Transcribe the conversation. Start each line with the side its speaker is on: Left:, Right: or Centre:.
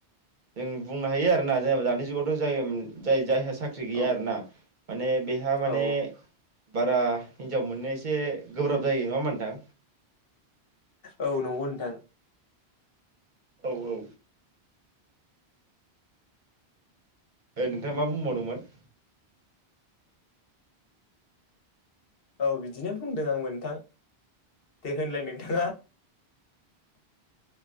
Right: जों बुंनो हायो आरो ना जेनेबा दानि जुगावथ' जाय-जाय जायहा साख्रि गैया
Left: औ
Right: आरोना माने बेहा माने
Left: औ
Right: बारा हिनजाव मोननो एसे गोब्राब जायो नङामबा नोंथां।
Left: औ नंगौ नोंथां।
Right: औ-औ। ओ नोंथाङा मा बुंबावदोंमोन?
Left: औ बिदिनो बुंदों आंबो नोंथां। दे होनलाय नोंथाङा।